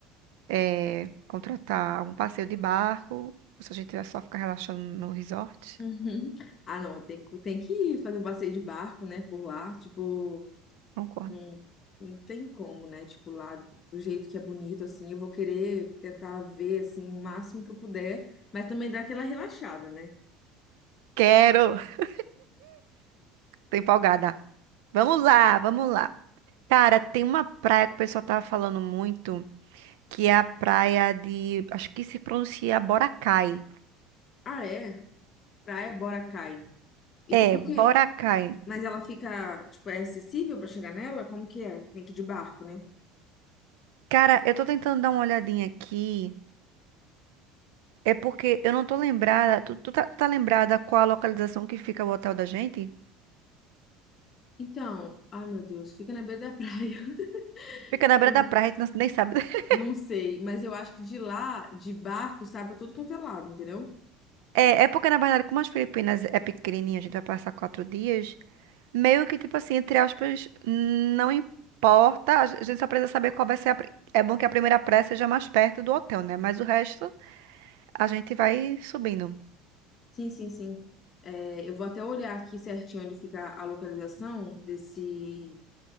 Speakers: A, on the right (about 80°); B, on the left (about 30°).
A: eh, contratar algum passeio de barco, ou se a gente vai só ficar relaxando no resort.
B: uhum. Ah, não, tem, que- tem que ir fazer um passeio de barco, né, por lá. Tipo,
A: Concordo.
B: não, não tem como, né? Tipo, lá do jeito que é bonito, assim. Eu vou querer tentar ver, assim, o máximo que eu puder. Mas também dá aquela relaxada, né?
A: Quero! <laughs> Tô empolgada. Vamos lá, vamos lá. Cara, tem uma praia que o pessoal tava falando muito, que é a praia de, acho que se pronuncia Boracay.
B: Ah, é? Praia, bora, cai. E como
A: É, Boracay.
B: que Mas ela fica, tipo, é acessível pra chegar nela? Como que é? Tem que ir de barco, né?
A: Cara, eu tô tentando dar uma olhadinha aqui. É porque eu não tô lembrada. Tu, tu tá, tá lembrada qual a localização que fica o hotel da gente?
B: Então, ai meu Deus, fica na beira da praia. <laughs>
A: Fica na
B: Eu
A: beira
B: não
A: da praia, a gente não- nem sabe. <laughs>
B: não sei, mas eu acho que de lá, de barco, sabe, é tudo quanto é lado, entendeu?
A: É, é porque, na verdade, como as Filipinas é pequenininha, a gente vai passar quatro dias. Meio que, tipo assim, entre aspas, não importa. A gen- a gente só precisa saber qual vai ser a. pri- É bom que a primeira praia seja mais perto do hotel, né? Mas o resto, a gente vai subindo.
B: Sim, sim, sim. É, eu vou até olhar aqui certinho onde fica a localização desse,